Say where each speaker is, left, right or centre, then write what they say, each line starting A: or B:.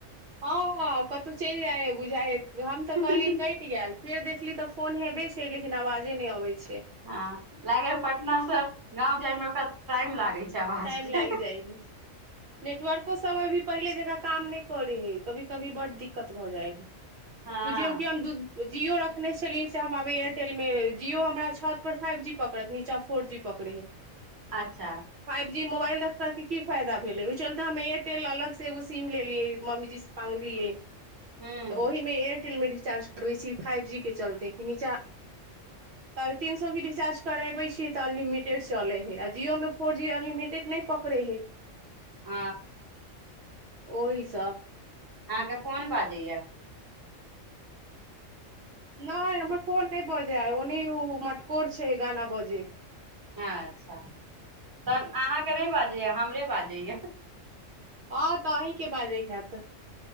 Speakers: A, on the right; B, on the right.
A: ह कत चलि जाए बुझा। हम तऽ कहली
B: मे।
A: कटि गेल फेर देखली तऽ फोन हे बे। से लेकिन आवाजे नहि अबै छै।
B: हँ लागे ह पटनासँ गाँव। जाय मे ओकरा टाइम लागे छै। आवाज
A: टाइम
B: के
A: लागि जाइ ह नेटवर्को सब भी पहिले जका। काम नहि करे हय कभी कभी बड्ड दिक्कत भऽ जाइ हय।
B: हँ
A: बुझियौ कि हम दध। जियओ रखने छलियै से हम आब एयरटेल मे जिओ हमरा छत पर फाइव जी पकड़त नीचा फोर जी पकड़े हे।
B: अच्छा।
A: जी मोबाइल रखा के की फायदा भेले ओहि चलते हम एयरटेल अलग से एगो सिम लेलियै मम्मीजी से मंगलियै।
B: हूँ
A: तऽ ओहिमे एक। टेलमे रिचार्ज करबै छी फाइव जी के चलते कि नचाँ साढ़े तीन सए के रिचार्ज करबै छी तऽ अनलिमिटेड चलै हय आ जिओमे। फोर जी अनलिमिटेड नहि पकड़े हे।
B: ह।
A: ओहिस।
B: अहाँके फोन बाजैया।
A: नहि हमर फोन नहि बजे ओनी ओ मटकोर छै गाना बजै।
B: अच्छा तन अहाँके नहि बाजैए हमरे बाजैए।
A: ह तऽ अहीं के ब जाइ। त